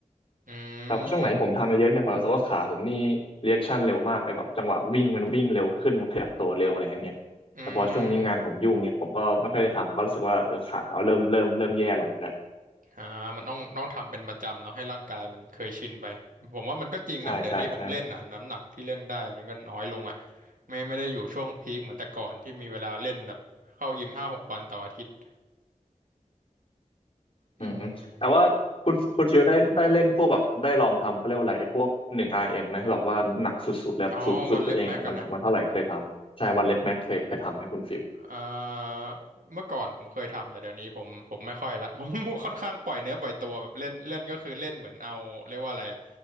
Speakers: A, on the right; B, on the left.
A: อื
B: แต่พอช่วงไหนผมทำเยอะๆเนี่ยผมรู้สึกว่าขาผมนี่เรียชั่นเร็วมากเลยแบบจังหวะวิ่งมันวิ่งเร็วขึ้นมันขยับตัวเร็วอะไรอย่างเงี้ยแต่พอช่วงนี้งานผมยุ่งเนี่ยผมก็ไม่ค่อยได้ทำก็รู้สึกว่าเออขาเราเริ่มเริ่มเริ่มแย่ลงแล้ว
A: ม อืมอ่ามันต้อง ต้องทำเป็นประจำเนาะให้ร่างกายมันเคยชินไปผมว่ามันก็จริงนะเดี๋ยวนี้ผมเล่นอ่ะน้ำหนักที่เล่นได้มันก็น้อยลงอ่ะ
B: ใช่ใช่ใช่
A: ไม่ไม่ได้อยู่ช่วงพีคเหมือนแต่ก่อนที่มีเวลาเล่นแบบเข้ายิมห้าหกวันต่ออาทิตย์อืม
B: อืมอืมแต่ว่าคุณคุณชิวได้ได้เล่นพวกแบบได้ลองทำเขาเรียกว่าอะไรไอ้พวกหนึ่งอาร์เอ็ m ไหมแบบว่าหนักสุดๆแล้วสูงสุดตัวเองอ่ะมันมันเท่าไหร่เคยทำใช่วันเล็บแม็กเคยเคยทำไหมคุณฟิว
A: อ๋อวันเล็บแม็กกันนะเอ่อเมื่อก่อนผมเคยทำแต่เดี๋ยวนี้ผม ผมไม่ค่อยละ <laughs> ผมค่อนข้างปล่อยเนื้อปล่อยตัวแบบเล่นเล่นก็คือเล่นเหมือนเอาเรียกว่าอะไรอะ